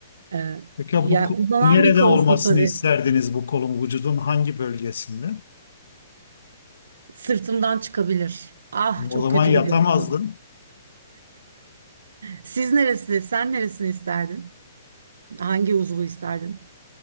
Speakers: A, on the right; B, on the left.
A: Ee,
B: Peki
A: yani
B: bu kol
A: uzanan
B: nerede
A: bir kolsa
B: olmasını
A: tabii.
B: isterdiniz bu kolun vücudun hangi bölgesinde?
A: Sırtımdan çıkabilir. Ah
B: O
A: çok
B: zaman
A: kötü
B: yatamazdın.
A: bir görüntü. <laughs> Siz neresi? Sen neresini isterdin? Hangi uzvu isterdin?